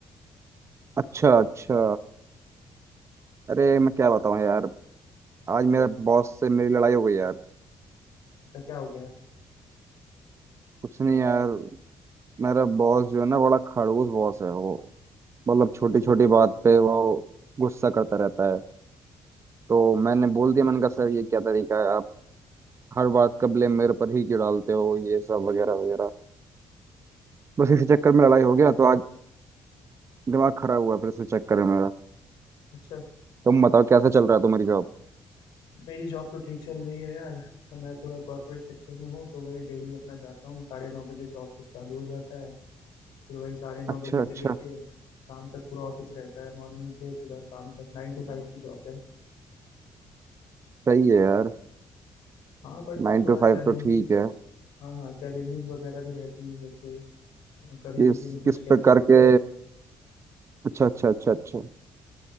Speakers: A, on the right; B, on the left.
A: अच्छा अच्छा अरे मैं क्या बताऊं यार आज मेरे बॉस से मेरी लड़ाई हो गई यार
B: अच्छा क्या हो गया
A: कुछ नहीं यार मेरा बॉस जो है ना बड़ा खड़ूस बॉस है वो मतलब छोटी
B: अच्छा
A: छोटी बात पे वो गुस्सा करता रहता है तो मैंने बोल दिया मैंने कहा सर ये क्या तरीका है आप हर बात का ब्लेम मेरे पर ही क्यों डालते हो ये सब वगैरह वगैरह बस इसी चक्कर में लड़ाई हो गया तो आज दिमाग खराब हुआ फिर इसी चक्कर में मेरा
B: अच्छा
A: तुम बताओ कैसा चल रहा है तुम्हारी जॉब
B: मेरी जॉब तो ठीक चल रही है यार मैं थोड़ा कॉर्पोरेट सेक्टर में हूँ तो वही डेली अपना जाता हूँ साढ़े नौ बजे से ऑफिस चालू हो जाता है फिर वही साढ़े नौ
A: अच्छा
B: बजे से
A: अच्छा
B: लेके शाम तक पूरा ऑफिस रहता है मॉर्निंग से पूरा शाम तक नाइन टू फाइव की जॉब है
A: सही है यार
B: हाँ बट
A: नाइन
B: थोड़ा
A: टू
B: चैलेंजेस
A: फाइव तो ठीक है
B: हाँ हाँ चैलेंजेस वगैरह भी रहती हैं जैसे अ, कभी
A: किस
B: किसी ने कुछ
A: किस
B: कह
A: प्रकार
B: दिया
A: के अच्छा अच्छा अच्छा अच्छा